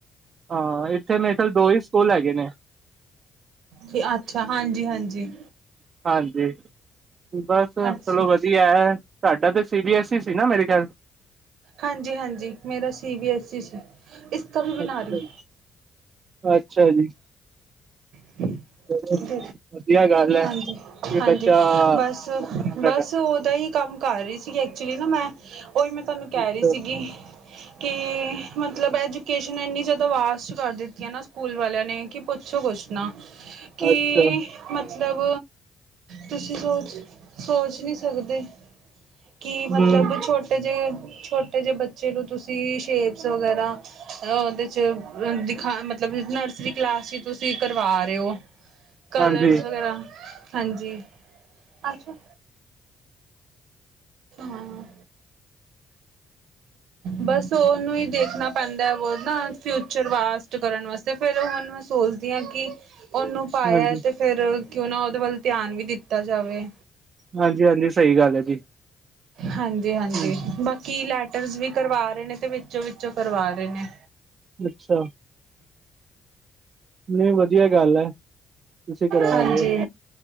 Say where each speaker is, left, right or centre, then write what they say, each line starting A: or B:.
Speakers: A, on the right; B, on the right.
A: ਹਾਂ, ਇੱਥੇ ਮੇਰੇ ਖਿਆਲ ਦੋ, ਹੀ ਸਕੂਲ ਹੈਗੇ ਨੇ!
B: ਤੇ ਅੱਛਾ, ਹਾਂਜੀ-ਹਾਂਜੀ।
A: ਹਾਂਜੀ, ਬਸ
B: ਅੱਛਾ
A: ਚਲੋ ਵਧੀਆ ਹੈ। ਤੁਹਾਡਾ ਤੇ ਸੀ- ਬੀ -ਐੱਸ ਸੀ, ਨਾ ਮੇਰੇ ਖਿਆਲ
B: ਹਾਂਜੀ-ਹਾਂਜੀ, ਮੇਰਾ, ਸੀ -ਬੀ -ਐਸ -ਈ, ਸੀ ਇਸਕਾ ਬੀ ਬਨਾ
A: ਅੱਛਾ
B: ਰਹੀ।
A: ਅੱਛਾ ਜੀ।
B: <unintelligible>
A: ਚਲੋ ਵਧੀਆ ਗੱਲ ਹੈ
B: ਹਾਂਜੀ-ਹਾਂਜੀ,
A: ਕਿ ਬੱਚਾ
B: ਬਸ-ਬਸ
A: ਆਪਣਾ ਸਾਡਾ
B: ਉਹਦਾ ਹੀ ਕੰਮ ਘਰ ਹੀ ਸੀਗੀ ਐਕਚੁਲੀ ਨਾ ਮੈਂ, ਉਹੀ ਮੈਂ ਤੁਹਾਨੂੰ ਕਹਿ
A: ਅੱਛਾ
B: ਰਹੀ ਸੀਗੀ। ਕਿ ਮਤਲਬ, ਐਜੂਕੇਸ਼ਨ ਇੰਨੀ, ਜ਼ਿਆਦਾ ਵਾਰਸਟ ਕਰ ਦਿੱਤੀ ਹੈ ਨਾ ਸਕੂਲ ਵਾਲਿਆਂ ਨੇ ਕਿ ਪੁੱਛੋ ਕੁਛ ਨਾ ਕਿ
A: ਅੱਛਾ
B: ਮਤਲਬ, ਤੁਸੀਂ ਸੋਚ, ਸੋਚ ਨਹੀਂ ਸਕਦੇ। ਕਿ ਮਤਲਬ,
A: ਹਮ
B: ਛੋਟੇ ਜਿਹੇ-ਛੋਟੇ ਜਿਹੇ ਬੱਚੇ ਨੂੰ, ਤੁਸੀਂ ਸ਼ੇਪਸ ਵਗੈਰਾ ਉਹਦੇ, ਚ ਦਿਖਾ ਮਤਲ ਮਤਲਬ, ਨਰਸਰੀ ਕਲਾਸ ਚ ਤੁਸੀਂ ਕਰਵਾ ਰਹੇ ਹੋ। ਕਲਰਸ
A: ਹਾਂਜੀ
B: ਵਗੈਰਾ ਹਾਂਜੀ, ਅੱਛਾ। ਹਾਂ, ਬਸ ਉਹ ਨੂੰ ਹੀ ਦੇਖਣਾ ਪੈਂਦਾ ਐ ਬਹੁਤ ਨਾ, ਫਿਊਚਰ ਵਾਸਟ ਕਰਨ ਵਾਸਤੇ ਫਿਰ ਹੁਣ ਮੈਂ ਸੋਚਦੀ ਹਾਂ ਕਿ ਉਹਨੂੰ, ਪਾਇਆ
A: ਹਾਂਜੀ
B: ਤੇ, ਫਿਰ ਕਿਉਂ ਨਾ, ਉਹਦੇ ਵੱਲ ਧਿਆਨ ਵੀ ਦਿੱਤਾ ਜਾਵੇ।
A: ਹਾਂਜੀ, ਹਾਂਜੀ ਸਹੀ ਗੱਲ ਐ ਜੀ।
B: ਹਾਂਜੀ-ਹਾਂਜੀ,
A: ਹਮ
B: ਬਾਕੀ ਲੈਟਰਸ ਵੀ ਕਰਵਾ ਰਹੇ ਨੇ, ਤੇ ਵਿੱਚੋ ਵਿੱਚੋ ਕਰਵਾ ਰਹੇ ਨੇ।
A: ਅੱਛਾ। ਨਹੀਂ, ਵਧੀਆ ਗੱਲ ਹੈ। ਤੁਸੀਂ ਕਰਾ
B: ਹਾਂਜੀ।
A: ਰਹੇ ਹੋ